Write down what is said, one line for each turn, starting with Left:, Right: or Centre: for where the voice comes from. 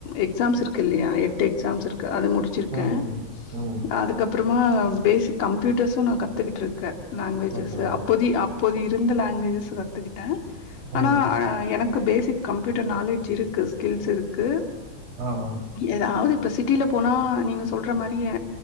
Left: எக்ஸாம்ஸ் இருக்குல்லையா எட்டு எக்ஸாம்ஸ் இருக் கு அது முடிச்சிருக்கேன்
Right: ம் ம் ம்
Left: அதுக்கப்புறமா பேசிக் கம்ப்யூட்டர்ஸு நா கத்துகிட்டு இருக்க லாங்குவேஜஸ்ஸு
Right: ஓகே ஓகே
Left: அப்போதி அப்போதி ருந்த லாங்குவேஜஸ் கத்துக்கிட்டேன் ஆனா
Right: ம்
Left: எனக்கு பேசிக் கம்ப்யூட்டர் நாலேஜ் இருக்கு ஸ்கில்ஸ் இருக்கு
Right: ஆ ஆ
Left: ஏதாவது ப சிட்டியில போனா நீங்க சொல்ற மாரியே